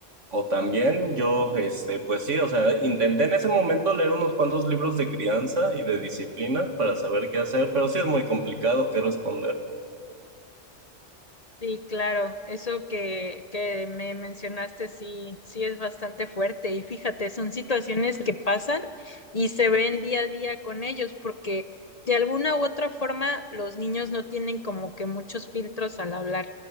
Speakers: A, on the right (about 80°); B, on the left (about 35°).
A: O también yo, este, pues sí, o sea, intenté en ese momento leer unos cuantos libros de crianza y de disciplina para saber qué hacer, pero sí es muy complicado qué responder.
B: Sí, claro, eso que, que me mencionaste sí, sí es bastante fuerte y fíjate, son situaciones que pasan y se ven día a día con ellos porque de alguna u otra forma los niños no tienen como que muchos filtros al hablar.